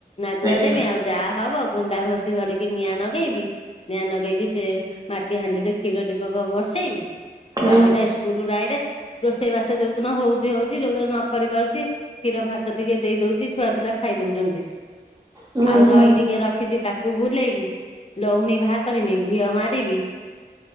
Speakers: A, on the left (about 35°); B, on the right (about 25°).
A: ନାଗୁଆ
B: ଆଜ୍ଞା
A: ଦେମି ଆଉ ଯାହା ହବ ଗୁଣ୍ଡା ଘଷି ଧରିକି ନିଆଁ ନଗେଇବି। ନିଆଁ ଲଗେଇକି ସେ ମାଟି ହାଣ୍ଡିରେ କ୍ଷୀର ଟିକକ ବସେଇବି ଛୁଆ
B: ହୁଁ
A: ପିଲା ସ୍କୁଲୁରୁ ଆଇଲେ ରୋଷେଇବାସ ଯୋଉ ଦିନ ହଉଛି ହଉଛି। ଯୋଉ ଦିନ ନ କରି ପାରୁଛି, କ୍ଷୀର ଭାତ ଟିକେ ଦେଇ ଦଉଛି ଛୁଆ ପିଲା ଖାଇ ଦଉଛନ୍ତି।
B: ହୁଁ
A: ଆଉ
B: ହୁଁ
A: ଦହି ଟିକେ ରଖିଛି ତାକୁ କୁ ବୁଲେଇମି ଲହୁଣୀ ବାହା କରିମି ଘିଅ ମାରିବି।